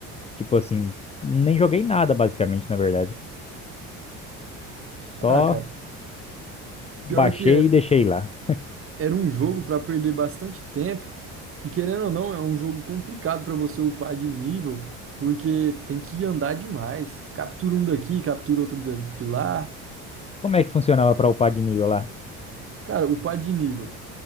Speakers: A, on the left; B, on the right.
A: Tipo assim, nem joguei nada basicamente, na verdade.
B: Ah,
A: Só
B: cara,
A: baixei
B: pior que é,
A: e deixei lá.
B: era um jogo pra perder bastante tempo. E querendo ou não, é um jogo complicado pra você upar de nível, porque tem que andar demais. Captura um daqui, captura outro da- de lá.
A: Como é que funcionava para upar de nível lá?
B: Cara, upar de nível.